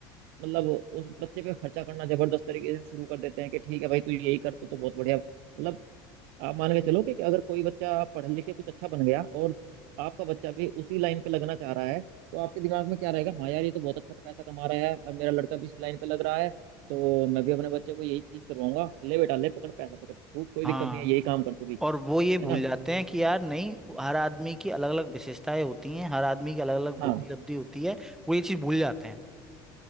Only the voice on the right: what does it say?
मतलब उस बच्चे पे खर्चा करना जबरदस्त तरीके से शुरू कर देते हैं कि ठीक है भाई तू यही कर तू तो बहुत बढ़िया मतलब आप मान के चलो कि अगर कोई बच्चा पढ़ लिख के कुछ अच्छा बन गया और आपका बच्चा भी उसी लाइन पे लगना चाह रहा है तो आपके दिमाग में क्या रहेगा हाँ यार ये तो बहुत अच्छा पैसा कमा रहा है अब मेरा लड़का भी इस लाइन पे लग रहा है तो मैं भी अपने बच्चे को यही चीज करवाऊंगा ले बेटा ले पकड़ पैसा पकड़ खूब कोई
दिक्कत नहीं है यही काम कर तू भी
है ना
हाँ